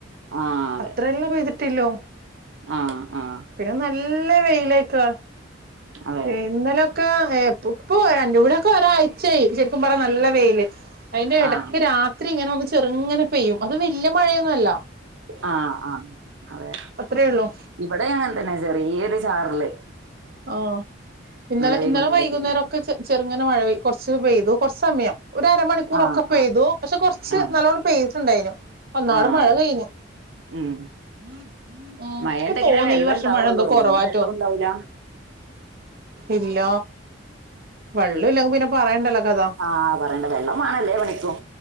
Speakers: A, on the right (about 70°); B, on the right (about 55°).
A: ആഹ് അതെ.
B: അത്രയല്ല പെയ്തിട്ടിള്ളൂ
A: ആഹ് ആഹ്
B: പിന്നെ ന്ന ല്ല വെയിലേകാരം
A: അതെ.
B: എ ഇന്നലൊക്കെ ഇപ്പോ രണ്ട കൂടെക്കെ ഒരാഴ്ചയായി ശരിക്കും പറഞ്ഞ നല്ല വെയില് അതിന്റെ ഇടയ്ക്ക്
A: ആഹ്
B: രാത്രി ഇങ്ങനെ ചെറുങ്ങനെ പെയ്യും അത് വല്യ മഴയൊന്നല്ല
A: ആ ആ അതെ
B: അത്രയേ ഉള്ളൂ
A: ഇവിടെ അങ്ങെ തന്നെ ചെറിയത് ചാറില്േ
B: ആ ഇന്നലെ
A: വൈകുന്നേരൊക്കെ
B: ഇന്നലെ വൈകുന്നേരംൊക്കെ
A: ഇങ്ങനെ
B: ചെറ ങ്ങനെ മഴ കുറച്ച് പെയ്തു കുറച്ച് സമയം ഒരുരമണിക്കൂറൊക്കെ
A: ആഹ്
B: പെയ്തു
A: ആഹ്
B: പക്ഷെ കൊറച്ച്
A: ആഹ്
B: നല്ലോണ്ണം പെയ്ട്ടുണ്ടായിരുന്നു ന്നാള്
A: ആഹ്
B: മഴ
A: അതെ
B: കഴിഞ്ഞു
A: ഉം
B: മ് ഇന്ക്
A: മഴണ്ടെങ്കിലേ
B: തോന്നി
A: വെള്ളം
B: ഈ വർഷം
A: ഉണ്ടാവുള്ളൂ
B: മഴ എന്തോ
A: അല്ലെങ്കി
B: കുറവാറ്റോ
A: വെള്ളവും ഉണ്ടാവൂല
B: ഇല്ല വെള്ളുല്ലെങ്കി പിന്നെ പറയണ്ടല്ലോ കഥ
A: ആഹ് പറയേണ്ട വെള്ളംമാണല്ലേ പണിക്കും